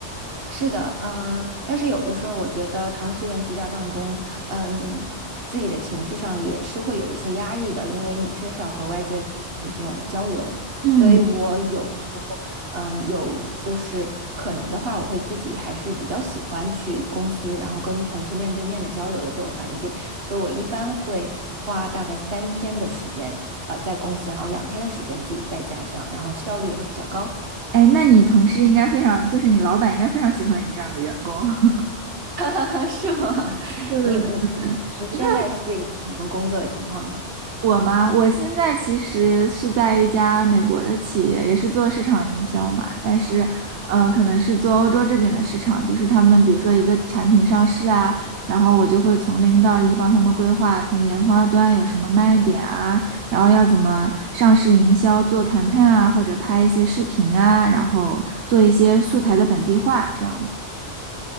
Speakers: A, on the right; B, on the right.
A: 是的，嗯、但是有的时候我觉得长时间居家办公，嗯、自己的情绪上也是会有一些压抑的，因为你缺少和外界的这种交流，
B: 嗯。
A: 所以我有时候，嗯，有就是可能的话，我会自己还是比较喜欢去公司，然后跟同事面对面的交流的这个环境，所以我一般会花大概三天的时间，呃，在公司，然后两天的时间自己在家这样，然后效率也会比较高。
B: 哎，那你同事应该非常，就是你老板应该非常喜欢你这样的员工。<laughs>
A: <laughs> 是吗？
B: 对对对对对，
A: 你你 <laughs> 你现在是一个什么工作的情况呢？
B: 因为我嘛，我现在其实是在一家美国的企业，也是做市场营销嘛，但是，呃，可能是做欧洲这边的市场，就是他们比如说一个产品上市啊，然后我就会从零到一帮他们规划，从研发端有什么卖点啊，然后要怎么上市营销，做 campaign 啊，或者拍一些视频啊，然后做一些素材的本地化，这样子。